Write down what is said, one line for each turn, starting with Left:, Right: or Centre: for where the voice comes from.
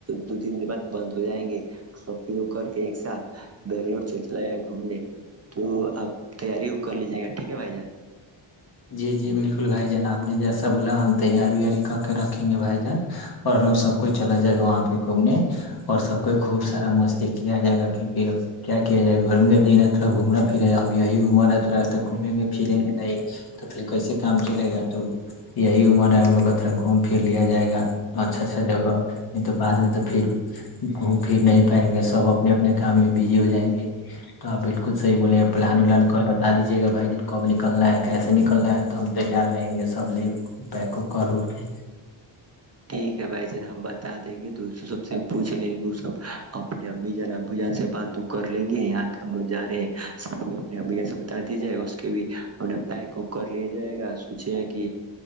Right: دو د ب بند ہو جائیں گے شاپگ کر کے ایک ساتھ بنگلور چل چلا ج گا گھومنے تو آپ تیاری کر لیجائ گا ٹھیک ہے بھائی جان
Left: جی جی بالکل بھائی جان آپ نے جیسا بولا ہم تیاری وییاری کر کے رکھیں گے بھائی جان اور ہم لوگ سب کو چلا جائے گا وہاں پہ گھومنے اور سب کو خوب سارا مستی کیا جائے گا کی کیا کیا جائے گا گرمی کا دن اتا گھومنا پھرا اب یہی عمر ات رہا تو گھومیں گے پھریں گے نہیں تو پھر کیسے کام چلے گا تو یہی عمر ہے ہم لوگ کا تھڑا گھوم پھر لیا جائے گا اچھا اچھا جگہ نہیں تو بعد میں تو پھر گھوم پھر نہیں پائیں گے سب اپنے اپنے کام میں بزی ہو جائیں گے تو آ بالکل <unintelligible> سی بول پلان ولان کر رادجیے گا بائی جن کب نلنا ہے کیسے <unintelligible> سے نکلنا ہے تو ہم تیار رہیں گے سب لے پیک کر کے
Right: ٹھیک ہے بھائی جان ہم بتا دیں گے دوستوں سب سے پوچھ لیں گے وہ سب اپنے اب جان ابو جان سے بات کر لیں گے یہاں کے ہم لوگ جا رہے ہیں سب کو اپنے اب سے بتا دیا جائے گا اس کے بھی اپنا پیک کر لیا جائے گا سوچے کہ